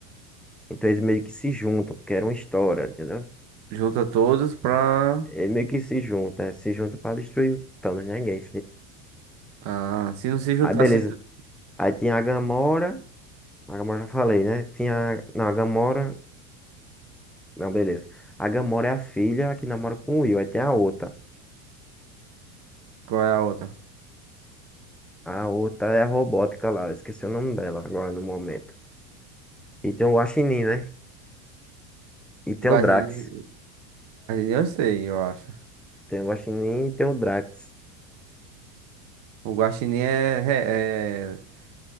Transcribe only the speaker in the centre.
Então eles meio que se juntam, porque era uma história, entendeu?
Ele meio que se junta, é, se junta pra destruir o Thanos, né? Ninguém
Aí beleza.
Aí tinha a Gamora. A Gamora já falei, né? Tinha. a- Não, a Gamora. Não, beleza. A Gamora é a filha que namora com o Will. Aí tem a outra.
A outra é a robótica lá. Eu esqueci o nome dela agora no momento. E tem o Guaxinim, né? E tem
o Drax.
Tem o Guaxinim e tem o Drax.